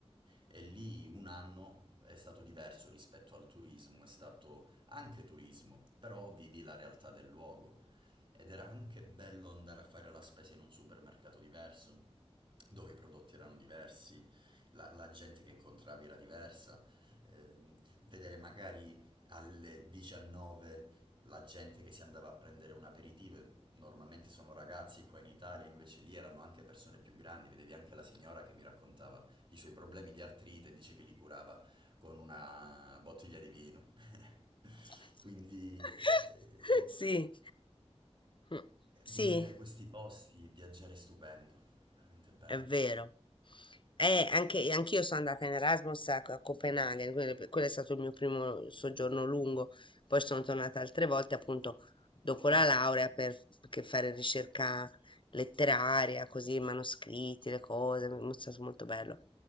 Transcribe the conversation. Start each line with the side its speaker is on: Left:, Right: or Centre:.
Right: E lì un anno è stato diverso rispetto al turismo, è stato anche turismo, però vivi la realtà del luogo. Ed era anche bello andare a fare la spesa in un supermercato diverso, dove i prodotti erano diversi, la, la gente che incontravi era diversa, ehm, vedere magari alle 19 la gente che si andava a prendere un aperitivo, e normalmente sono ragazzi qua in Italia, invece lì erano anche persone più grandi, vedevi anche la signora che mi raccontava i suoi problemi di artrite e dice che li curava con una bottiglia di vino.
Left: <laughs>
Right: <laughs> Quindi... eh,
Left: Sì, Mm. sì.
Right: Vivere questi posti, viaggiare è stupendo, veramente bello.
Left: È vero. Eh, anche, anch'io sono andata in Erasmus a, a Copenaghen, quindi per- quello è stato il mio primo soggiorno lungo. Poi sono tornata altre volte, appunto, dopo la laurea per, perché fare ricerca letteraria, così, manoscritti, le cose, mi è stato molto bello.